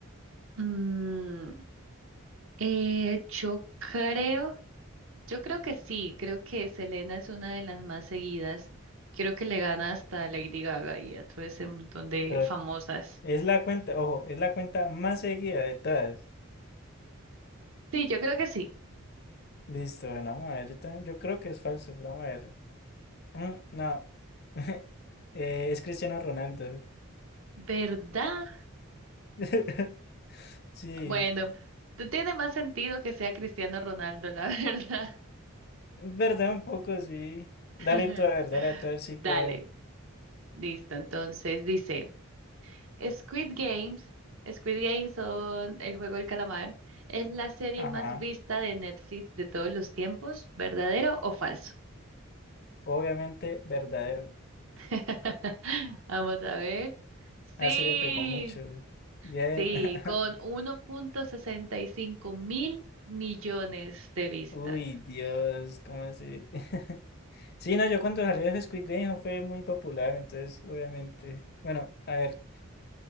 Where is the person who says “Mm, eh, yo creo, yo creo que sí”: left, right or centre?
Right